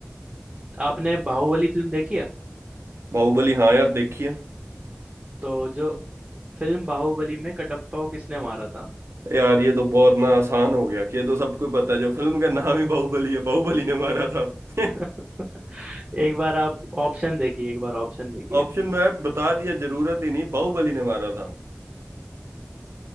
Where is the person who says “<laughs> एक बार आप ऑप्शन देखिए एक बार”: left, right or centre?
Right